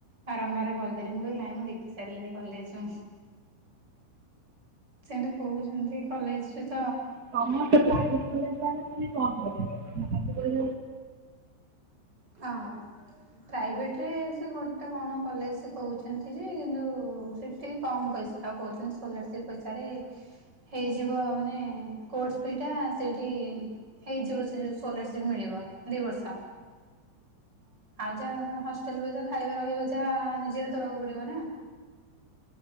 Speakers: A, on the right; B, on the right.
A: ବାରମ୍ବାର କଲ୍ କରିବି ମୁଁ କହିଲି ନାହିଁ ମୁଁ ଦେଖି ସାରିଲିିନି କଲେଜ। ସେମତି କୋହୁଚନ୍ତି କଲେଜରେ ତ୍
B: ସମସ୍ତେ ପ୍ରାଇଭେଟ କଲେଜରେ ଆଡମିସନ ନେଇ କଣ <unintelligible>
A: ହଁ। ପ୍ରାଇଭେଟରେ ସେ ଗୋଟେ କଣ କଲେଜ କହୁଛନ୍ତି ଯେ କିନ୍ତୁ ସେଠି ଟିକେ କମ୍ ପଇ ସବୁ କୋହୁଚନ୍ତି ସ୍କୋଲାରସିପ୍ ପଇସାରେ ହେଇଯିବ ମାନେ କୋର୍ସ ଫିଟା ସେଇଠି ହେଇଯିବ ସେଇ ଯୋଉ ସ୍କୋଲାରସିପ ମିଳିବ। ଦିବର୍ଷ। ଆଉ ଯାହା ହଷ୍ଟେଲ ପଇସା ଖାଇବା ରହିବା ଯାହା ନିଜେ ତ ଦବାକୁ ପଡିବ ନା। <inaudible>